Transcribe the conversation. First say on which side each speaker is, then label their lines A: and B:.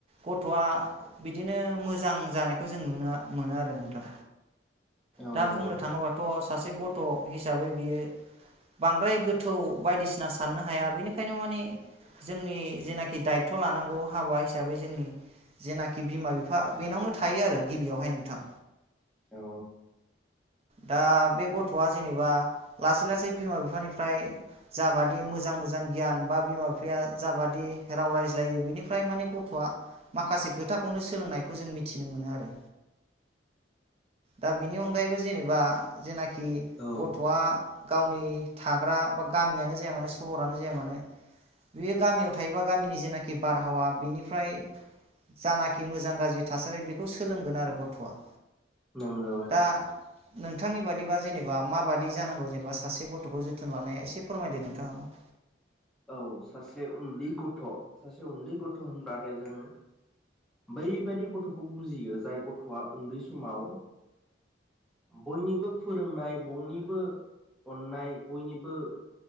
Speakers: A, on the right (about 30°); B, in the centre.
A: गथ'आ बिदिनो मोजां जानायखौ जों नुनो मोनो आरो नोंथां।
B: औ
A: दा
B: नंगौ
A: बुंनो थाङोबाथ' सासे गथ' हिसाबै बियो बांद्राय गोथौ बायदिसिना साननो हाया बेनिखायनो माने जोंनि जेनाखि दायथ' लानांगौ हाबा हिसाबै जोंनि जेनाखि बिमा बिफा बेनावनो थायो आरो गिबियावहाय नोंथां।
B: औ
A: दा बे गथ'आ जेनेबा लासै लासै बिमा बिफानिफ्राय जाबादि मोजां मोजां गियान बा बिमा बिफाया जाबादि राव रायज्लायो बिनिफ्राय माने गथ'आ माखासे खोथाखौनो सोलोंनायखौ जों मिथिनो मोनो आरो।
B: <inaudible>
A: दा बेनि अनगायैबो जेनेबा जेनाखि
B: औ
A: गथ'आ गावनि थाग्रा बा गामियानो जाया मानो सहरानो जाया मानो बियो गामियाव थायोबा गामिनि जेनाखि बारहावा बिनिफ्राय जानाखि मोजां गाज्रि थासारि बेखौ सोलोंगोन आरो गथ'आ।
B: नोंगौ।
A: दा नोंथांनि बादिबा जेनेबा माबादि जानांगौ जेनेबा सासे गथ'खौ जोथोन लानाया एसे फोरमायदो नोंथाङाबो।
B: औ सासे उन्दै गथ' सासे उन्दै गथ' होनबाथाय जों बैबादि गथ'खौ बुजियो, जाय गथ'आ उन्दै समाव बयनिबो फोरोंनाय, बयनिबो अननाय, बयनिबो